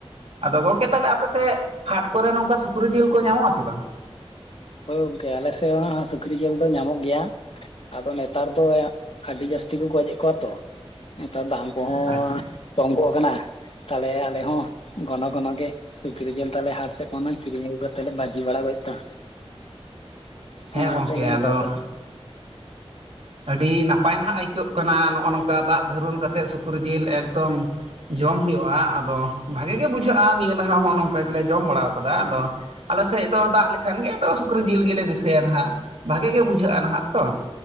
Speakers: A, on the right; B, on the left.
A: ᱟᱫᱚ ᱜᱚᱝᱠᱮ ᱛᱟᱦᱚᱞᱮ ᱟᱯᱮᱥᱮᱫ ᱦᱟᱴ ᱠᱚᱨᱮ ᱱᱚᱝᱠᱟ ᱥᱩᱠᱨᱤ ᱡᱤᱞ ᱠᱚ ᱧᱟᱢᱚᱜ ᱟᱥᱮ ᱵᱟᱝ
B: ᱦᱳᱭ ᱜᱚᱝᱠᱮ ᱟᱞᱮᱥᱮᱫ ᱦᱚᱸ ᱥᱩᱠᱨᱤ ᱡᱤᱞ ᱫᱚ ᱧᱟᱢᱚᱜ ᱜᱮᱭᱟ ᱟᱫᱚ ᱱᱮᱛᱟᱨ ᱫᱚ ᱭᱟ ᱟᱹᱰᱤ ᱡᱟᱹᱥᱛᱤ ᱠᱚ ᱜᱚᱡᱮᱫ ᱠᱚᱣᱟ ᱛᱚ ᱱᱮᱛᱟᱨ ᱫᱟᱢ ᱠᱚᱦᱚᱸ
A: ᱟᱪᱪᱷᱟ
B: ᱠᱚᱢ ᱜᱚᱜ ᱠᱟᱱᱟ ᱛᱟᱦᱚᱞᱮ ᱟᱞᱮ ᱦᱚᱸ ᱜᱷᱚᱱᱚ ᱜᱷᱚᱱᱚ ᱜᱮ ᱥᱩᱠᱨᱤ ᱡᱤᱞ ᱛᱟᱞᱮ ᱦᱟᱴ ᱥᱮᱫ ᱠᱷᱚᱱ ᱠᱤᱨᱤᱧ ᱟᱹᱜᱩ ᱠᱟᱛᱮᱜ ᱞᱮ ᱵᱷᱟᱹᱡᱤ ᱵᱟᱲᱟ ᱜᱚᱫ ᱫᱟ
A: ᱦᱮᱸ
B: ᱚᱱᱟᱛᱮ
A: ᱜᱚᱝᱠᱮ
B: ᱜᱮ
A: ᱟᱫᱚ
B: ᱱᱮᱛᱟᱨ ᱫᱚ
A: ᱟᱹᱰᱤ ᱱᱟᱯᱟᱭ ᱱᱟᱦᱟᱜ ᱟᱹᱭᱠᱟᱹᱜ ᱠᱟᱱᱟ ᱱᱚᱜᱼᱚ ᱱᱚᱝᱠᱟ ᱫᱟᱜ ᱫᱷᱟᱹᱨᱩᱱ ᱠᱟᱛᱮᱫ ᱥᱩᱠᱨᱤ ᱡᱤᱞ ᱮᱠᱫᱚᱢ ᱡᱚᱢ ᱦᱩᱭᱩᱜᱼᱟ ᱟᱫᱚ ᱵᱷᱟᱜᱮ ᱜᱮ ᱵᱩᱡᱷᱟᱹᱜᱼᱟ ᱱᱤᱭᱟᱹ ᱞᱟᱦᱟ ᱦᱚᱸ ᱱᱚᱝᱠᱟ ᱜᱮᱞᱮ ᱡᱚᱢ ᱵᱟᱲᱟᱣ ᱠᱟᱫᱟ ᱟᱫᱚ ᱟᱞᱮ ᱥᱮᱫ ᱫᱚ ᱫᱟᱜ ᱞᱮᱠᱷᱟᱱ ᱜᱮ ᱟᱫᱚ ᱥᱩᱠᱨᱤ ᱡᱤᱞ ᱜᱮᱞᱮ ᱫᱤᱥᱟᱹᱭᱟ ᱱᱟᱦᱟᱜ ᱵᱷᱟᱜᱮ ᱜᱮ ᱵᱩᱡᱷᱟᱹᱜᱼᱟ ᱱᱟᱦᱟᱜ ᱛᱚ